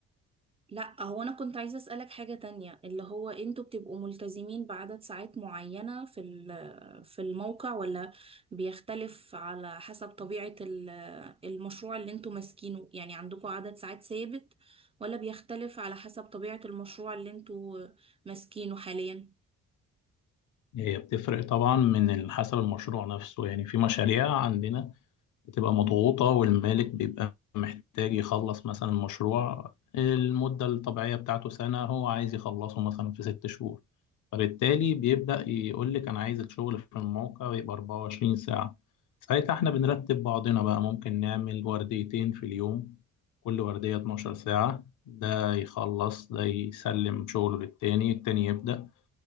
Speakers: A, on the right; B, on the left.
A: لا هو انا كنت عايزة اسألك حاجة تانية اللي هو انتوا بتبقوا ملتزمين بعدد ساعات معينة في ال- في الموقع ولا بيختلف على حسب طبيعة ال- المشروع اللي انتوا ماسكينه يعني عندكوا عدد ساعات ثابت ولا بيختلف على حسب طبيعة المشروع اللي انتوا ماسكينه حاليا
B: هي بتفرق طبعا من ال- حسب المشروع نفسه يعني في مشاريع عندنا بتبقى مضغوطة والمالك بيبقى محتاج يخلص مثلا مشروع المدة الطبيعية بتاعته سنة هو عايز يخلصه مثلا في ست شهور فبالتالي بيبدأ يقول لك أنا عايز الشغل في الموقع يبقى 24 ساعة ساعتها احنا بنرتب بعضنا بقى ممكن نعمل ورديتين في اليوم كل وردية 12 ساعة ده يخلص ده يسلم شغله للتاني التاني يبدأ